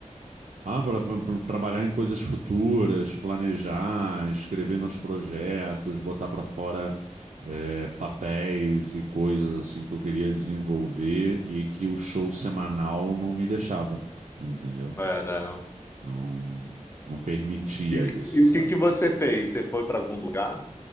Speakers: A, on the right (about 70°); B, on the left (about 20°).
A: ah, para trabalhar em coisas futuras, planejar, escrever meus projetos, botar para fora é, papéis e coisas assim que eu queria desenvolver e que o show semanal não me deixava, entendeu?
B: É, não.
A: Não, não permitia
B: E,
A: isso,
B: e
A: sabe?
B: o que que você fez? Você foi para algum lugar?